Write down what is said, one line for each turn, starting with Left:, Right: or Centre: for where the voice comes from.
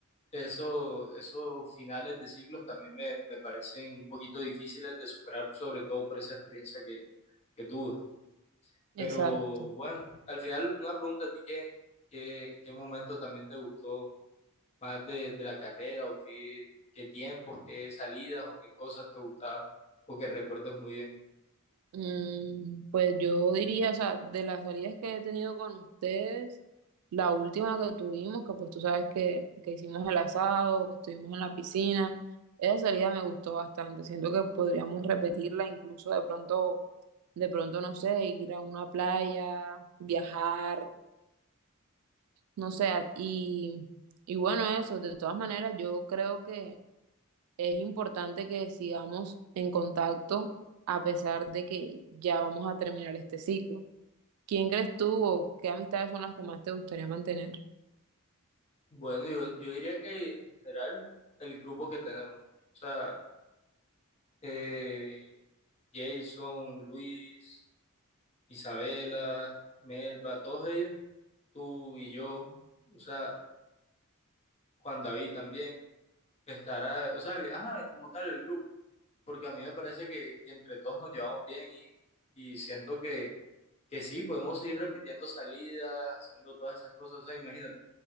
Left: eso, esos finales de ciclos también me, me parecen un poquito difíciles de superar, sobre todo por esa experiencia que, que tuve. Pero
Right: Exacto.
Left: bueno, al final una pregunta a ti, ¿qué, qué, qué momento también te gustó? más de, de la carrera o qué, qué tiempos, qué salidas o qué cosas te gustaba o que recuerdes muy bien.
Right: Mm, pues yo diría, o sea, de las salidas que he tenido con ustedes, la última que tuvimos, que pues tú sabes que, que hicimos el asado, que estuvimos en la piscina, esa salida me gustó bastante. Siento que podríamos repetirla, incluso de pronto, de pronto, no sé, ir a una playa, viajar, no sé, y, y bueno, eso, de todas maneras, yo creo que es importante que sigamos en contacto a pesar de que ya vamos a terminar este ciclo. ¿Quién crees tú o qué amistades son las que más te gustaría mantener?
Left: Bueno, yo, yo diría que en general el grupo que tenemos, o sea, eh, Jason, Luis, Isabela, Melba, todos ellos, tú y yo, o sea, Juan David también, estará, o sea, el- ajá, como tal el grupo. porque a mí me parece que, que entre todos nos llevamos bien y, y siento que, que sí, podemos seguir repitiendo salidas, haciendo todas esas cosas. O sea, imagínate,